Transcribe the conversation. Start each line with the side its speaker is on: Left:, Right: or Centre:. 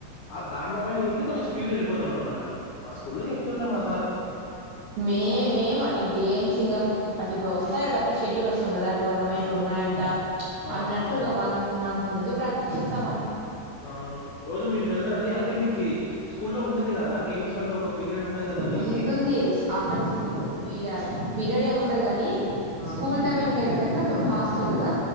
Left: ఆ దాంట్లో పైన ఉరికితే కొంచెం స్పీడ్ ఎళ్ళిపోతాం అనమాట మా స్కూల్లో చెప్తుండే మా సారు
Right: మేమేం అండి గేమ్స్ ఇంగ అట్ల ఇప్పుడు వస్తాయి కదా అప్పుడే షెడ్యూల్ వస్తుంది కదా టోర్నమెంట్లు ఉన్నాయంట
Left: ఆ!
Right: అన్నట్టు ఒక వన్ మంత్ నుంచి ప్రాక్టీస్ చేస్తాం
Left: అవును రోజు మీరు వెళ్ళరండి అంటే మీకి స్కూలో ఉండేది కదా గేమ్స్ కంటూ ఒక పీరియడ్ ఉంటది కదా వీక్లీ
Right: ఉంటుంది ఆఫ్టర్ స్కూల్ పిఆర్ పీరియడ్ ఏం ఉండదు గానీ
Left: ఆ!
Right: స్కూల్ టైమింగ్ అయిపోయినంక మేము హాస్టల్ కదా